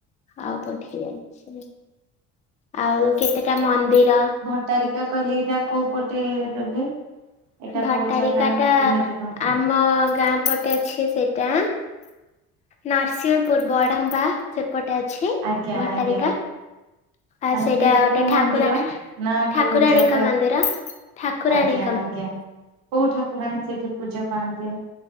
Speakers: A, on the left (about 20°); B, on the right (about 70°).
A: ଆଉ କୋଉଠିକୁ ଯାଉଚି? ଆଉ କେତେଟା ମନ୍ଦିର?
B: ଭଟରିକା କହିଲେ ଏଇଟା କୋଉ ପଟେ ରୁହେ ଏଇଟା
A: ଭଟ୍ଟାରିକା
B: କୋଉ ଜାଗା
A: ଟା
B: କେମିତି କଣ?
A: ଆମ ଗାଁ ପଟେ ଅଛି ସେଇଟା ନରସିଂହପୁର ବଡମ୍ବା। ସେପଟେ ଅଛି
B: ଆଜ୍ଞା
A: ଭଟାରିକା।
B: ଆଜ୍ଞା
A: ଆଉ
B: ମାନେ
A: ସେଇଟା ଗୋଟେ
B: କୋଉ
A: ଠାକୁରାଣ
B: ମନ୍ଦିର? ନା
A: ଠାକୁରାଣୀଙ୍କ
B: କୋଉ ଜାଗା
A: ମନ୍ଦିର। ଠାକୁରାଣୀ।
B: ଆଜ୍ଞା ଆଜ୍ଞା କୋଉ ଠାକୁରାଣୀ ସେଇଠି ପୂଜା ପାଆନ୍ତି?